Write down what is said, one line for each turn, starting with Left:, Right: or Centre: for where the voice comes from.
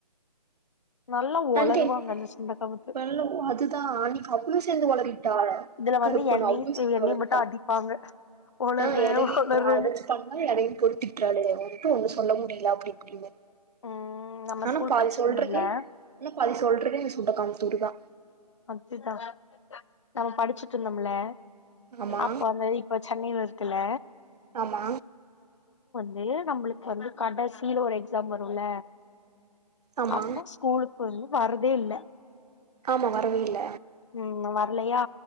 Left: நல்லா ஒளருவாங்க
Right: <unintelligible>
Left: அந்த சுண்டக்கா முத்து
Right: அதுதா அன்னைக்கி அவளு சேந்து ஒளறிட்டா
Left: இதுல
Right: கருப்பு
Left: வந்து
Right: பொண்ணு
Left: என்னையு
Right: அவுளு சேந்து
Left: என்னைய
Right: ஒளறிட்டா
Left: மட்டு அடிப்பாங்க ஒளர்ற
Right: ஆ எறங்கி நின்னு
Left: ஒளர்றன்னு
Right: அடிச்சுட்டாங்கன்னு <unintelligible> க்கு ஒண்ணு சொல்ல முடியல அப்டி இப்டின்னு.
Left: ம் நம்ம
Right: ஆனா
Left: ஸ்கூல்
Right: பாதி
Left: படிச்சுட்டு
Right: சொல்றதே
Left: இருந்தோம்ல
Right: சொல்றதே சுத்த <unintelligible>
Left: அதுதா நம்ம படிச்சுட்ருந்தோம்ல
Right: ஆமா
Left: அப்போ வந்து இப்ப சென்னையில இரு த்துல
Right: ஆமா
Left: து நம்மளுக்கு வந்து கடைசில ஒரு எக்ஸாம் வரும்ல
Right: ஆமா
Left: அப்போ ஸ்கூலுக்கு வந்து வரதே இல்ல
Right: ஆமாங்க புரியல
Left: ம் வரலையா